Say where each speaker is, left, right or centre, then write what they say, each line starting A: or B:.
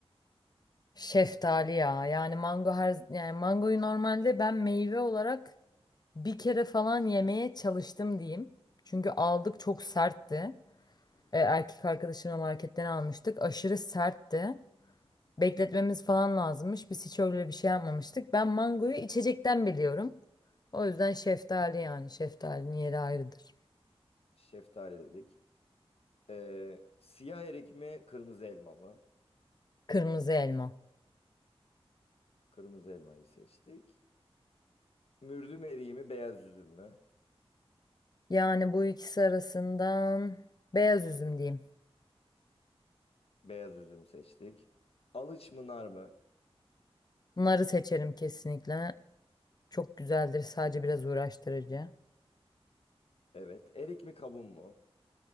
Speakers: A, on the left; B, on the left.
A: Şeftali ya. Yani mango her yani mangoyu normalde ben meyve olarak bir kere falan yemeye çalıştım diyeyim. Çünkü aldık çok sertti. E, erkek arkadaşımla marketten almıştık. Aşırı sertti. Bekletmemiz falan lazımmış. Biz hiç öyle bir şey yapmamıştık. Ben mangoyu içecekten biliyorum. O yüzden şeftali yani şeftalinin yeri ayrıdır.
B: Şeftali dedik. Ee, siyah erik mi kırmızı elma mı?
A: Kırmızı elma.
B: Kırmızı elmayı seçtik. Mürdüm eriği mi beyaz üzüm mü?
A: Yani bu ikisi arasından beyaz üzüm diyeyim.
B: Beyaz üzüm seçtik. Alıç mı nar mı?
A: Narı seçerim kesinlikle. Çok güzeldir, sadece biraz uğraştırıcı.
B: Evet. Erik mi kavun mu?